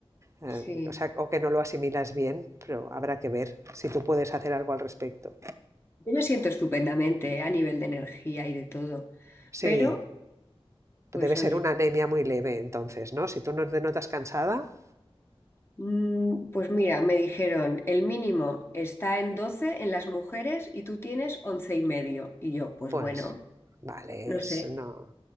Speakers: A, on the right; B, on the left.
A: Eh,
B: sí.
A: o sea, o que no lo asimilas bien, pero habrá que ver si tú puedes hacer algo al respecto.
B: Yo me siento estupendamente eh, a nivel de energía y de todo,
A: Sí,
B: pero pues
A: debe
B: oye,
A: ser una anemia muy leve, entonces, ¿no? Si tú no te notas cansada,
B: mm, pues mira, me dijeron, el mínimo está en 12 en las mujeres y tú tienes 11 y medio. Y yo, pues
A: Pues
B: bueno,
A: vale,
B: no sé,
A: es, no,